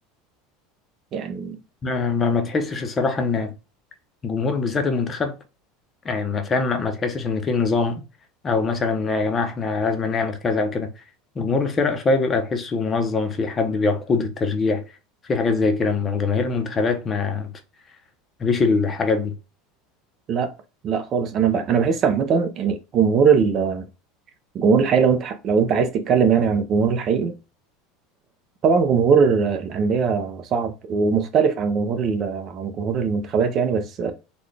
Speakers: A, on the right; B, on the left.
A: يعني
B: ما, ما, ما تحسش الصراحة إن الجمهور بالذات المنتخب يعني ما فاهم ما, ما تحسش إن في نظام أو مثلا يا جماعة إحنا لازم نعمل كذا أو كده جمهور الفرق شوية بيبقى تحسه منظم في حد بيقود التشجيع في حاجات زي كده أما جماهير المنتخبات ما ما فيش الحاجات دي
A: لا لا خالص انا ب... انا بحس عامه يعني جمهور ال- الجمهور الحقيقي لو انت ح- لو انت عايز تتكلم يعني عن الجمهور الحقيقي طبعا جمهور الانديه صعب ومختلف عن جمهور ال... عن جمهور المنتخبات يعني بس